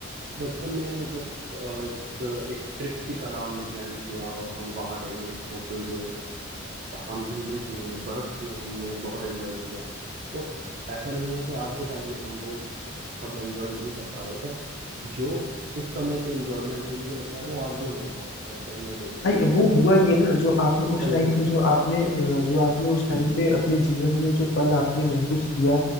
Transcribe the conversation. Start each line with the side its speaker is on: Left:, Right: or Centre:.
Right: बचपन में मतलब अ, एक एक ट्रिप की तरह हमने प्लान किया और हम वहाँ रहे एक होटल में हम घूमे फिरे बर्फ में हमने बहुत एंजॉय किया तो ऐसा नहीं है कि आज के टाइम में हम वो सब एंजॉय नहीं कर पा रहे पर जो उस समय की एंजॉयमेंट थी मुझे लगता है वो आज भी हमारे साथ अ, कहीं ना कहीं
Left: भाई वो हुआ
Right: अ,
Left: ये ना जो आपने उस
Right: चल
Left: टाइम
Right: रही
Left: पे
Right: है
Left: जो आपने अ, जो आपने उस टाइम पे अपने जीवन में जो पल आपने महसूस किया